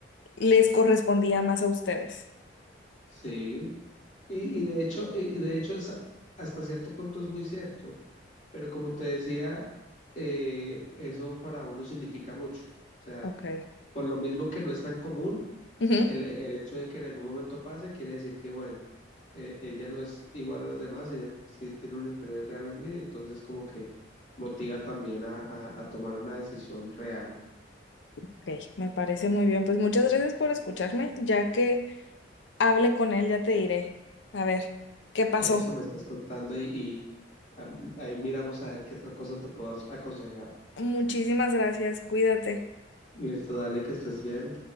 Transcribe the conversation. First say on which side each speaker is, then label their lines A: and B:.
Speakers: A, on the left; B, on the left.
A: les correspondía más a ustedes.
B: Sí, y, y de hecho, y y de hecho es, hasta cierto punto es muy cierto, pero como te decía, eh, eso para uno significa mucho. O sea,
A: Ok.
B: por lo mismo que no es tan común,
A: Ujú.
B: El, el hecho de que en algún momento pase quiere decir que, bueno, eh, ella no es igual a las demás, ella sí tiene un interés real en mí, entonces como que motiva también a, a- a tomar una decisión real.
A: Ok, me parece muy bien. Pues muchas gracias por escucharme. Ya que hable con él, ya te diré. A ver, ¿qué pasó?
B: Eso me estás contando y, y, am, ahí miramos a ver qué otra cosa te puedo aconsejar.
A: Muchísimas gracias. Cuídate.
B: Listo, dale que estés bien.